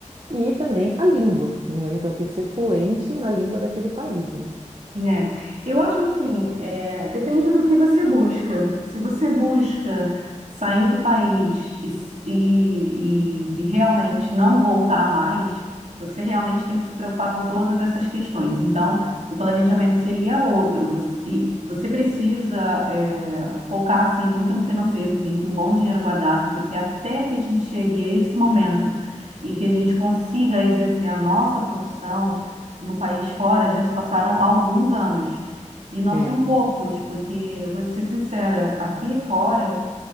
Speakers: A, on the right (about 45°); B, on the right (about 65°).
A: E também a língua, né? Então, eu tenho que ser fluente na língua daquele país, né?
B: É, eu acho assim, é, depende do que você busca. Se você busca sair do país e, s- e, e- e realmente não voltar mais, você realmente tem que se preocupar com todas essas questões. Então, o planejamento seria outro. Você, e você precisa, é, focar assim, muito no financeiro, vir com um bom dinheiro guardado, porque até que a gente chegue a esse momento em que a gente consiga exercer a nossa profissão no país fora já se passaram alguns anos. E não
A: É.
B: são poucos, porque eu vou te ser sincera, aqui fora,